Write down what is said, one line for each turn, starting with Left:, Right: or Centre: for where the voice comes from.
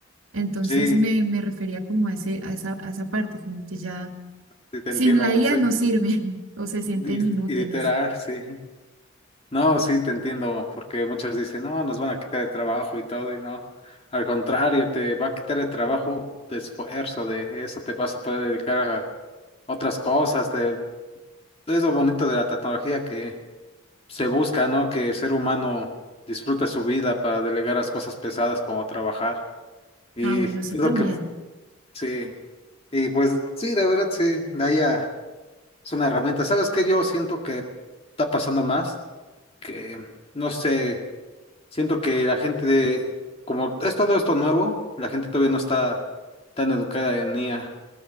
Right: Entonces
Left: sí,
Right: me, me refería como a ese, a esa, a esa parte, como que ya
Left: sí, te
Right: sin
Left: entiendo,
Right: la IA
Left: sí,
Right: no sirven <laughs> o se sienten
Left: li-
Right: inútiles.
Left: literal, sí. No, sí, te entiendo, porque muchos dicen, no, nos van a quitar el trabajo y todo, y no. Al contrario, te va a quitar el trabajo de esfuerzo, de eso te vas a poder dedicar a otras cosas. Te... Es lo bonito de la tecnología que se busca, ¿no? Que el ser humano disfrute su vida para delegar las cosas pesadas como trabajar. Y
Right: Ah, bueno,
Left: es
Right: eso
Left: lo
Right: también.
Left: que sí. Y pues sí, la verdad, sí, de ahí a- es una herramienta. ¿Sabes qué? Yo siento que está pasando más, que no sé. Siento que la gente de, como es todo esto nuevo, la gente todavía no está tan educada en IA.